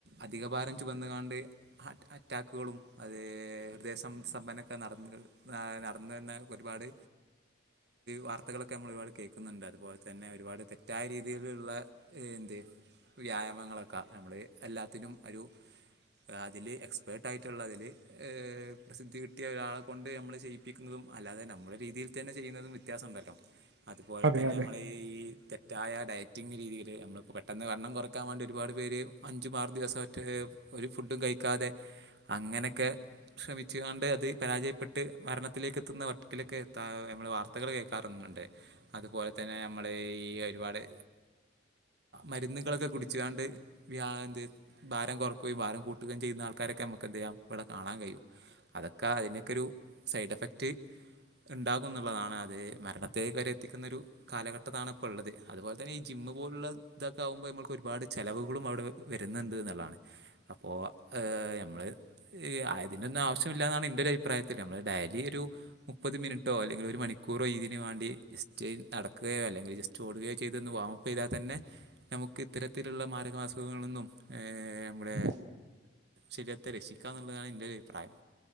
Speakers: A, on the right (about 60°); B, on the right (about 75°).
A: അധിക ഭാരം ചുവന്ന കാണ്ട് അറ്റാക്കുകളും അതെ നിദേശം സമ്പന്നൊക്കെ നടന്ന നടന്ന തന്നെ ഒരുപാട് വാർത്തകളൊക്കെ നമ്മൾ ഒരുപാട് കേൾക്കുന്നുണ്ട് അതുപോലെ തന്നെ ഒരുപാട് തെറ്റായ രീതിയിലുള്ള ത് വ്യായാമങ്ങളൊക്കെ നമ്മൾ എല്ലാത്തിനും ഒരു അതിൽ എക്സ്പേർട്ടായിട്ടുള്ളതിൽ പ്രസിദ്ധി കിട്ടിയ ഒരാളെ കൊണ്ട് നമ്മളെ ചെയ്യിപ്പിക്കുന്നതും അല്ലാതെ നമ്മുടെ രീതിയിൽ തന്നെ ചെയ്യുന്നതും വ്യത്യാസം ഉണ്ടല്ലോ അതുപോലെ
B: അതെ
A: തന്നെ
B: അതെ
A: നമ്മൾ ഈ ഈ തെറ്റായ ഡയറ്റിങ്ങ് രീതിയിൽ നമ്മളിപ്പോൾ പെട്ടെന്ന് വണ്ണം കുറക്കാൻ വേണ്ടി ഒരുപാട് പേര് അഞ്ചു മാറും ദിവസങ്ങളിൽ ഒരു ഫുഡും കഴിക്കാതെ അങ്ങനെയൊക്കെ ശ്രമിച്ചുകൊണ്ട് അത് പരാജയപ്പെട്ട് മരണത്തിലേക്ക് എത്തുന്ന വക്കിലൊക്കെ എത്താ നമ്മൾ വാർത്തകൾ കേൾക്കാറുണ്ട് അതുപോലെ തന്നെ നമ്മുടെ ഈ ഒരുപാട് മരുന്നുകളൊക്കെ കുടിച്ച ണ്ട് എന്ത് ഭാരം കുറക്കുകയും ഭാരം കൂട്ടുകയും ചെയ്യുന്ന ആൾക്കാരൊക്കെ നമുക്ക് എന്ത് ചെയ്യാം ഇവിടെ കാണാൻ കഴിയും അതൊക്കെ അതിനൊക്കെ ഒരു സൈഡ് എഫക്ട് ഉണ്ടാകു എന്നുള്ളതാണ് അതെ മരണത്തേക്ക് വരെ എത്തിക്കുന്ന ഒരു കാലഘട്ടത്താണ് ഇപ്പോ ഉള്ളത് അതുപോലെ തന്നെ ഈ ജിം ഇ പോലുള്ള ഇതൊക്കെ ആകുമ്പോൾ നമ്മക്ക് ഒരുപാട് ചെലവുകളും അവിടെ വരുന്നുണ്ട് എന്നുള്ളതാണ് അപ്പോ ഞമ്മള് ആ അതിന്റെ ഒന്നും ആവശ്യമില്ലാന്നാണ് എന്റെ ഒരു അഭിപ്രായത്തിൽ നമ്മൾ ഡെയിലി ഒരു മുപ്പത് മിനിറ്റോ അല്ലെങ്കിൽ ഒരു മണിക്കൂറോ ഇതിന് വേണം വണ്ടി ജസ്റ്റ് നടക്കുകയോ അല്ലെങ്കിൽ ജസ്റ്റ് ഓടുകയോ ചെയ്തൊന്ന് വാംപ്പ് ചെയ്താൽ തന്നെ നമുക്ക് ഇത്തരത്തിലുള്ള മാരക അസുഖങ്ങള നിന്നും
B: <inaudible>
A: നമ്മുടെ ശരീരത്തെ രക്ഷിക്കായെന്നുള്ളതാണ് ഇന്റെ ഒരു അഭിപ്രായം